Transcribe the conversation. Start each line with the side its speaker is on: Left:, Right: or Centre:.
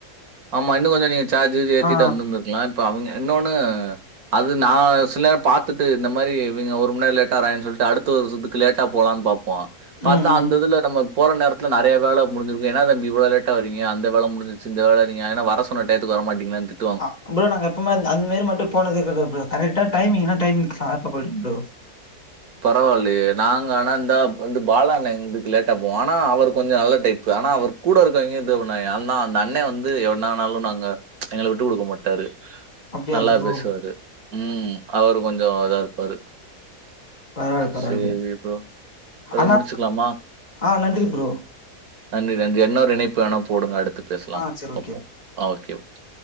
Right: ஆமா இன்னு கொஞ்சோ நீங்க சார்ஜுரு ஏத்திட்டு
Left: ஆ
Right: வந்திருந்துருக்கலா இப்ப அவங்க இன்னொனு அது நா சில நேரோ பாத்துட்டு இந்த மாரி இவிங்க ஒரு மணிநேரோ லேட்டா வாராங்கேனு சொல்ட்டு அடுத்து ஒரு சுத்து லேட்டா போலானு பாப்போ பாத்தா
Left: ம் ம்
Right: அந்த இதுல நம்ம போற நேரத்துல நெறையா வேல முடிஞ்சிருக்கு என்னா தம்பி இவ்ளோ லேட்டா வரீங்க அந்த வேல முடிஞ்சிரிச்சி இந்த வேல நீங்க என்ன வர சொன்ன டைத்துக்கு வர மாட்டீங்களானு திட்
Left: ஆ ப்ரோ நாங்க எப்போமாது அந்த மாரி மட்டு போனதே கெடையாது ப்ரோ கரெக்டா டைமிங்னா டைமிங்கு சார்பா போய்டு ப்ரோ
Right: பரவால்லயே நாங்க ஆனா இந்தா வந்து பாலாண்ணே இருந்துட்டு லேட்டா போவோ ஆனா அவர் கொஞ்சோ நல்ல டைப்பு ஆனா அவர் கூட இருக்கவங்க இது பண்ணுவாங்க ஆனா அந்த அண்ணே வந்து என்ன ஆனாலு நாங்க எங்கள விட்டு குடுக்க மாட்டாரு
Left: அப்டியா
Right: நல்லா
Left: ப்ரோ
Right: பேசுவாரு ம் அவரு கொஞ்சோ இதா இருப்பாரு
Left: பரவால்ல பரவால்ல
Right: செரி ப்ரோ இதோட
Left: ஆனா
Right: முடிச்சுகுலாமா
Left: ஆ நன்றி ப்ரோ
Right: நன்றி நன்றி என்னொரு இணைப்புல வேணா போடுங்க அடுத்து பேசலாம்
Left: ஆ சரி
Right: பாப்போ
Left: ஓகே
Right: ஆ ஓகே ஓகே